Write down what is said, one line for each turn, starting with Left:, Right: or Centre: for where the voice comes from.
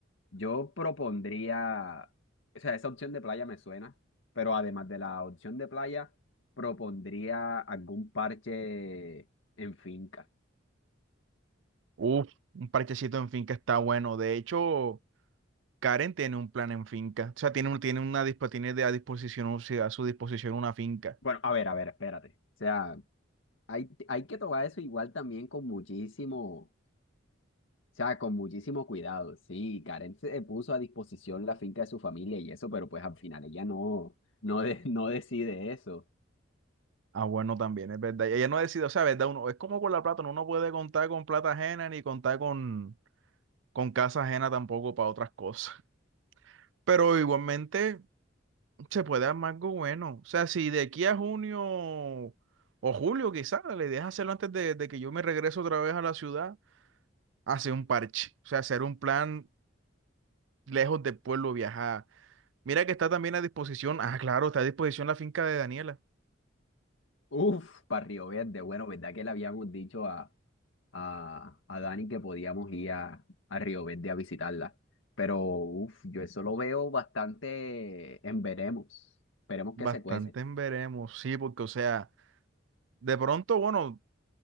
Left: Yo propondría, o sea, esa opción de playa me suena, pero además de la opción de playa, propondría algún parche en finca.
Right: Uf, un parchecito en finca está bueno. De hecho, Karen tiene un plan en finca. O sea, tiene, un- tiene una dispo- tiene de a disposición, o sea, a su disposición una finca.
Left: Bueno, a ver, a ver, espérate. O sea, hay, hay que tomar eso igual también con muchísimo, o sea, con muchísimo cuidado. Sí, Karen se puso a disposición la finca de su familia y eso, pero pues al final ella no, no, de- <laughs> no decide eso.
Right: Ah, bueno, también, es verdad. Y ella no ha decidido, o sea, verdad, uno, es como con la plata, uno no puede contar con plata ajena ni contar con, con casa ajena tampoco para otras cosas. <laughs> Pero igualmente se puede armar algo bueno. O sea, si de aquí a junio o julio quizás, la idea es hacerlo antes de, de que yo me regrese otra vez a la ciudad hacer un parche, o sea, hacer un plan lejos del pueblo viajar. Mira que está también a disposición, ah, claro, está a disposición la finca de Daniela.
Left: Uf, para Río Verde, bueno, ¿verdad que le habíamos dicho a a, a Dani que podíamos ir a, a Río Verde a visitarla. Pero uf, yo eso lo veo bastante en veremos. Esperemos
Right: Bastante
Left: que se cuece.
Right: en veremos, sí, porque o sea, de pronto, bueno,